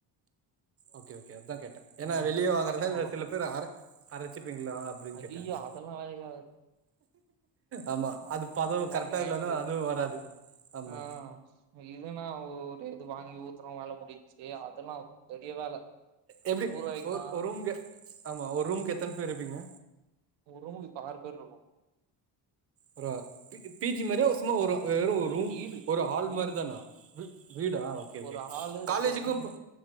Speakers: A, on the right; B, on the right.
A: ஓகே ஓகே அதுதா கேட்ட
B: ம்
A: ஏன்னா வெளியே
B: சப்பாத்தி
A: வாங்குறதா
B: மாவுதா
A: சில பேர் அர அரச்சிப்பீங்களா அப்டின்னு
B: ஐயையோ
A: கேட்ட அதா
B: அதெல்லா வேலைக்கு ஆகாது
A: ஆமா
B: அதெல்லா
A: அது பதம் கரெக்டா
B: கிரைண்டரு
A: இல்லன்னா அதுவு வராது ஆமா
B: ஆ இதுன்னா ஒரே இது வாங்கி ஊத்துறோ வேல முடிஞ்ச்சு அதெல்லா பெரிய வேல
A: எப்டி
B: ஊற வைக்கணு
A: ஒர் ஒரு ரூமுக்கு ஆமா ஒரு ரூமுக்கு எத்தன பேர் இருப்பீங்க
B: ஒரு ரூமுக்கு இப்ப ஆறு பேர் இருக்கோ
A: ப்ரோ பி பிஜி மாரியா ஒரு சும்மா வெறு ரூம்
B: வீடு
A: ஒரு ஹால்
B: வீடு
A: மாரி தானா வீ வீடா ஓகே ஓகே
B: ஒரு ஹாலு
A: காலேஜுக்கு
B: ரெண்டு ரூமு
A: இப்ப